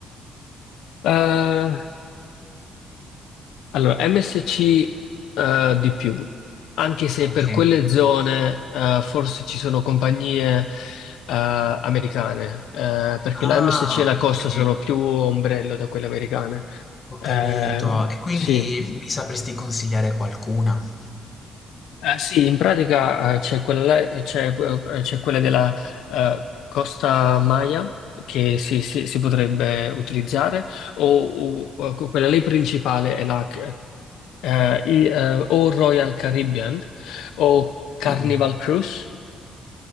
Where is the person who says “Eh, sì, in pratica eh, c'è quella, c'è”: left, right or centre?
Left